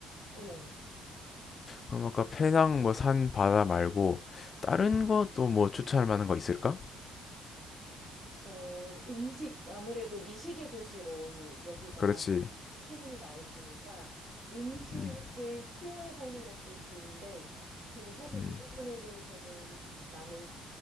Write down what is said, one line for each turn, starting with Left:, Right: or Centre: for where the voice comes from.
Right: 어.
Left: 그럼 아까 페낭 뭐 산 바다 말고 다른 것도 뭐 추천할 만한 거 있을까?
Right: 어, 음식, 아무래도 미식의 도시로 여기가
Left: 그렇지.
Right: 소문이 나 있으니까 음식을
Left: 음,
Right: 투어해보는 것도 좋은데, 근데 사실
Left: 음.
Right: 이 부분에 대해서는 나는